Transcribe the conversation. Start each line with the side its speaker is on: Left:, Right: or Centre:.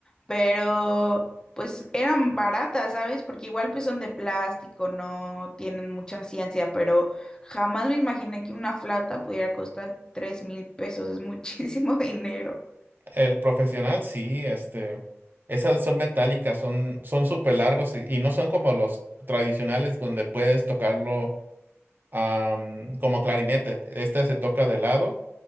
Left: pero pues eran baratas, ¿sabes? Porque igual pues son de plástico, no tienen mucha ciencia, pero jamás me imaginé que una flauta pudiera costar tres mil pesos, es muchísimo <laughs> dinero.
Right: El profesional, sí, este, esas son metálicas, son, son súper largos y, y no son como los tradicionales donde puedes tocarlo am, como clarinete. Este se toca de lado,